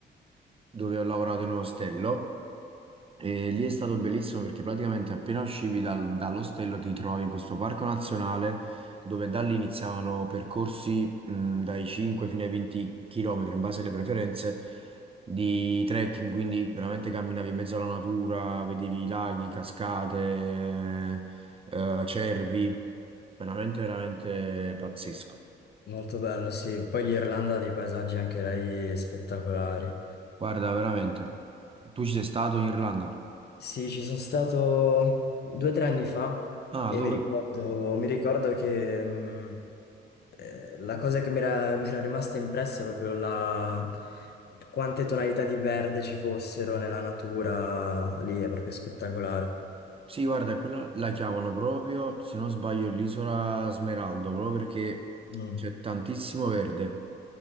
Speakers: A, on the right; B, on the left.
A: dove ho lavorato in un ostello. E lì è stato bellissimo perché praticamente appena uscivi dal- dall'ostello ti trovavi in questo parco nazionale dove da lì iniziavano percorsi mh, dai 5 fino ai 20 km in base alle preferenze di trekking, quindi veramente camminavi in mezzo alla natura, vedevi laghi, cascate, eh, cervi, veramente veramente pazzesco.
B: molto bello, sì. Poi l'Irlanda ha dei paesaggi anche lei spettacolari.
A: Guarda, veramente. Tu ci sei stato in Irlanda?
B: Sì, ci sono stato due o tre anni fa
A: Ah,
B: e
A: dove?
B: mi ricordo, mi ricordo che mh, eh, la cosa che mi era, <laughs> mi era rimasta impressa è proprio la... quante tonalità di verde ci fossero nella natura lì, è proprio spettacolare.
A: Sì, guarda, quella la chiamano proprio, se non sbaglio, l'isola Smeraldo, proprio perché
B: Mm.
A: c'è tantissimo verde,